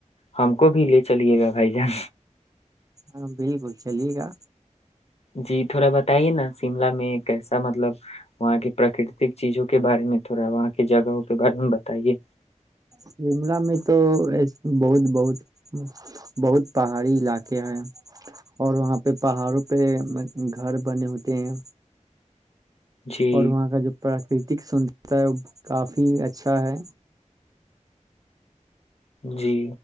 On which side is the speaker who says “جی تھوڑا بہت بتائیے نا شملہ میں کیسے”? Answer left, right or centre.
Left